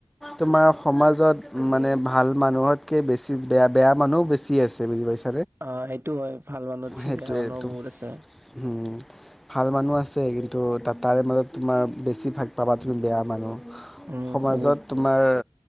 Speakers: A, in the centre; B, on the right.
A: তোমাৰ সমাজত মানে, ভা ভাল মানুহতকে বেছি বেয়া-বেয়া মানুহো বেছি আছে বুজি পাইছে।
B: আহ সেইটো হয় ভাল মানুহত
A: সেইটোৱেইটো
B: <unintelligible> মানুহ বহুত আছে।
A: হুম, ভাল মানুহ আছে কিন্তু ত-তাৰে মাজত তোমাৰ বেছি ভাগ পাবা তুমি বেয়া মানুহ।
B: উম
A: সমাজত
B: বহুত
A: তোমাৰ।